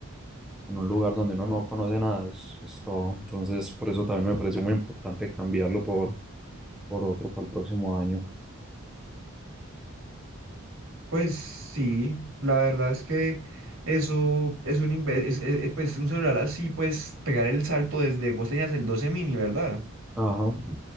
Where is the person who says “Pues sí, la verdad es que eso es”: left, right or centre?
Right